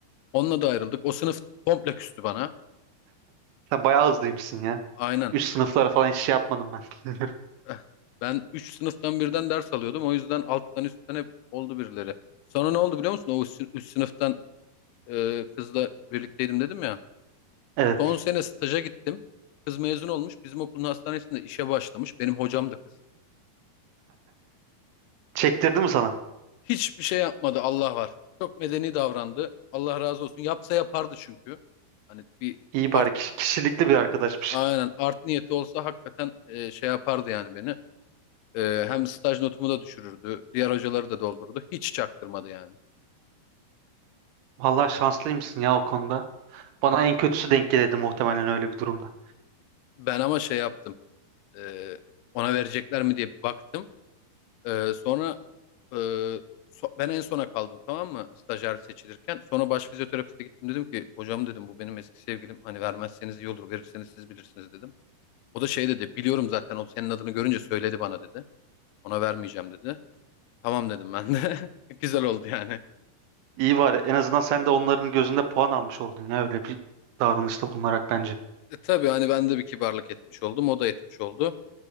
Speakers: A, on the left (about 80°); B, on the right (about 75°).
A: Onunla da ayrıldık. O sınıf komple küstü bana.
B: Sen bayağı hızlıymışsın ya.
A: Aynen.
B: Üst sınıflara falan hiç şey yapmadım ben. <laughs> Bilmiyorum.
A: Eh, Ben 3 sınıftan birden ders alıyordum. O yüzden alttan üstten hep oldu birileri. Sonra ne oldu biliyor musun? O üst, üst sınıftan e, kızla birlikteydim dedim ya.
B: Evet.
A: Son sene staja gittim. Kız mezun olmuş. Bizim okulun hastanesinde işe başlamış. Benim hocam da kız.
B: Çektirdi mi sana?
A: Hiçbir şey yapmadı Allah var. Çok medeni davrandı. Allah razı olsun. Yapsa yapardı çünkü. Hani bir
B: İyi
A: art
B: bari kiş- kişilikli bir arkadaşmış.
A: aynen art niyeti olsa hakikaten e, şey yapardı yani beni. E, hem staj notumu da düşürürdü. Diğer hocaları da doldurdu. Hiç çaktırmadı yani.
B: Vallahi şanslıymışsın ya o konuda. Bana en kötüsü denk gelirdi muhtemelen öyle bir durumda.
A: Ben ama şey yaptım. Ee, ona verecekler mi diye bir baktım. Ee, sonra e, so- ben en sona kaldım tamam mı? Stajyer seçilirken. Sonra baş fizyoterapiste gittim dedim ki hocam dedim bu benim eski sevgilim. Hani vermezseniz iyi olur. Verirseniz siz bilirsiniz dedim. O da şey dedi biliyorum zaten o senin adını görünce söyledi bana dedi. Ona vermeyeceğim dedi. Tamam dedim ben de. <laughs> Güzel oldu yani.
B: İyi var. En azından sen de onların gözünde puan almış oldun ya öyle bir davranışta bulunarak bence.
A: E, tabii hani ben de bir kibarlık etmiş oldum. O da etmiş oldu.